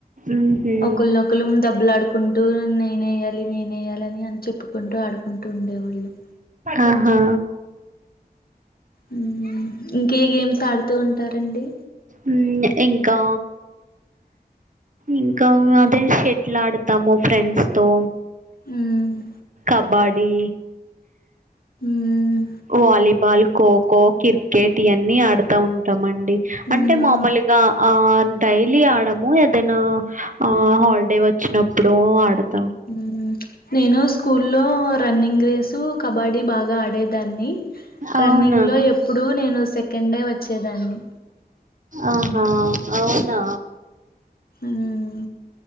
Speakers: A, on the right (about 50°); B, on the left (about 65°).
A: ఉహు
B: ఒకల్నొకలం దెబ్బలు ఆడుకుంటూ నేనేయ్యల్ లి నేనేయాలని అని చెప్పుకుంటూ, ఆడుకుంటూ ఉండేవాళ్ళం.
A: ఆహా
B: ఉమ్మ్ ఇంకే గేమ్స్ ఆడుత్ తూ ఉంటారండి
A: ఉమ్మ్ ఇంకా ఇంకా అదే షెట్ల్ ఆడతాము ఫ్రెండ్స్ తో.
B: ఉమ్మ్
A: కబాడీ
B: ఉమ్
A: వాలీబాల్, ఖోఖో, కిర్ కేట్ ఈ అన్ని ఆడతా ఉంటామండ్. డి
B: మ్మ్
A: అంటే మామూలుగా ఆ డైలీ ఆడము ఏదైనా. ఆ హాలిడే వచ్చినప్పుడో ఆడత్
B: ఉమ్ నేను స్కూ లో రన్నింగ్ రేసు, కబాడీ బాగా ఆడేదాన్ న్ని
A: అవునా
B: రన్నింగ్ లో ఎప్పుడుూ నేను సెకండే వచ్చేదాన్ని.
A: ఆహా అవున్ నా
B: మ్మ్